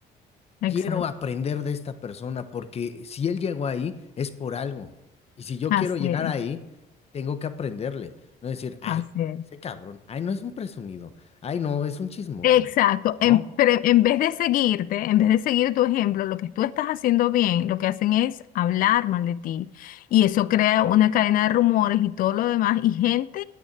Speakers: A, on the left (about 55°); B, on the left (about 35°).
A: Exacto.
B: quiero aprender de esta persona porque si él llegó ahí es por algo. Y si yo
A: Así
B: quiero llegar
A: es,
B: ahí, tengo que aprenderle. No decir, ay,
A: así es.
B: ese cabrón, ay, no es un presumido, ay, no, es un chismoso.
A: Exacto.
B: No,
A: En, pre- en vez de seguirte, en vez de seguir tu ejemplo, lo que tú estás haciendo bien, lo que hacen es hablar mal de ti. Y eso crea una cadena de rumores y todo lo demás. Y gente